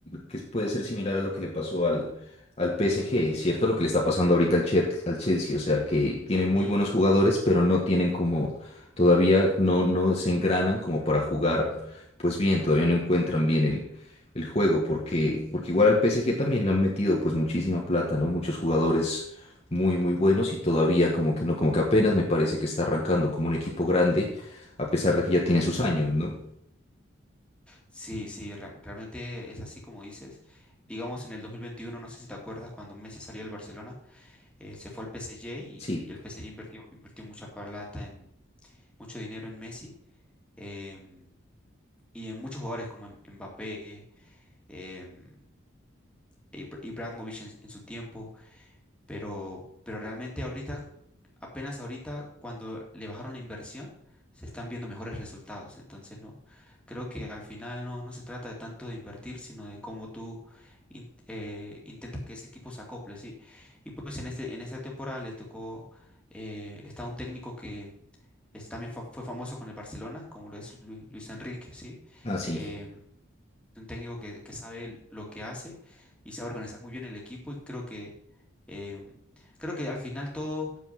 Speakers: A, on the left; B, in the centre.
A: que puede ser similar a lo que le pasó al, al PSG, ¿cierto? Lo que le está pasando ahorita al, Chel- al Chelsea, o sea, que tienen muy
B: Y
A: buenos jugadores, pero no tienen como, todavía no, no se engranan como para jugar, pues bien, todavía no encuentran bien el, el juego, porque, porque igual al PSG también le han metido pues muchísima plata, ¿no? Muchos jugadores muy, muy buenos y todavía como que no, como que apenas me parece que está arrancando como un equipo grande, a pesar de que ya tiene
B: sí,
A: sus años, ¿no?
B: sí, sí, re- realmente es así como dices. Digamos en el 2021 no sé si te acuerdas, cuando Messi salió del Barcelona, eh, se fue al PSG y,
A: Sí.
B: y el PSG invirtió, invirtió mucha plata en mucho dinero en Messi em, y en muchos jugadores como en- Mbappé em, e Ibra- Ibrahimovic en, en su tiempo, pero, pero realmente ahorita, apenas ahorita, cuando le bajaron la inversión, se están viendo mejores resultados. Entonces, no, creo que al final no, no se trata de tanto de invertir, sino de cómo tú in- eh, intentas que ese equipo se acople, ¿sí? Y pues en este, en esta temporada les tocó, eh, está un técnico es- también fa- fue, famoso con el Barcelona, como lo es Lu- Luis Enrique, ¿sí?
A: Ah, sí.
B: Em, un técnico que, que sabe lo que hace y sabe organizar muy bien el equipo y creo que, em, creo que al final todo,